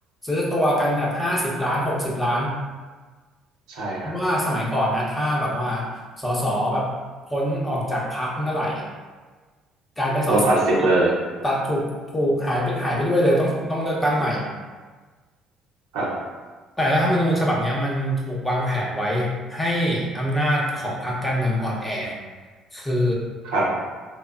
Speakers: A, on the left; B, on the right.
A: ซื้อตัวกันแบบห้าสิบล้านหกสิบล้าน
B: ใช่ครับ
A: เพราะว่าสมัยก่อนนะถ้าแบบว่าสสแบบพ้นออกจากพรรคเมื่อไหร่อ่ะการเป็นสสก็
B: โดนตัดสิทธิ์เลย
A: ตัดถูกถูกหายไปหายไปด้วยเลยต้องต้องเลือกตั้งใหม่
B: ครับ
A: แต่รัฐธรรมนูญฉบับเนี้ยมันถูกวางแผนไว้ให้อำนาจของพรรคการเมืองอ่อนแอคือ
B: ครับ